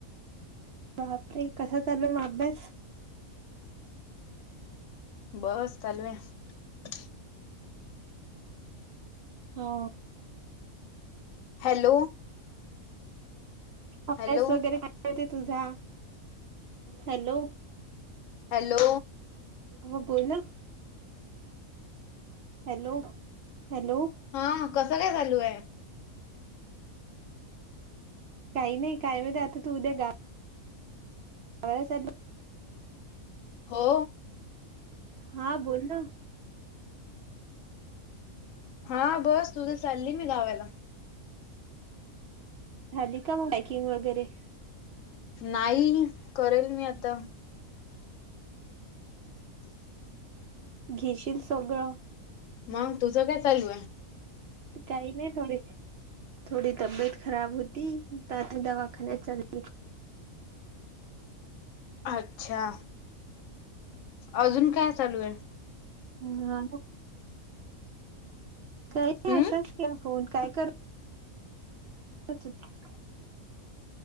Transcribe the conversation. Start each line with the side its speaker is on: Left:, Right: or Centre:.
Right: बापरे कसा चालला म अभ्यास
Left: बस चालवेनचं.
Right: हो.
Left: हॅलो.
Right: अभ्यास
Left: हॅलो
Right: वगैरे मागच्या दिसाचा च.. हॅलो.
Left: हॅलो
Right: हो बोला. हॅलो. हॅलो
Left: हाअ कसं काय चालू आहे.
Right: काही नाही कायम जातो तू उद्या जा. कायस तु.
Left: हो
Right: हा बोल ना?
Left: हा बस तु उद्या चालली मी गावायला.
Right: झाली का मग मॅचिन वगैरे
Left: नाहीग करेन मी आता ''.. <unintelligible>
Right: घेशील सोगळ.
Left: मग तुझं काय चालू आहे.
Right: काही नाही थोर ती. थोडी तब्येत खराब होती त दवाखान्यात चालली.
Left: अच्छा अजून काय चालू आहे.
Right: ह काही
Left: हम्म
Right: असाच केला फोन काय कर. <unintelligible>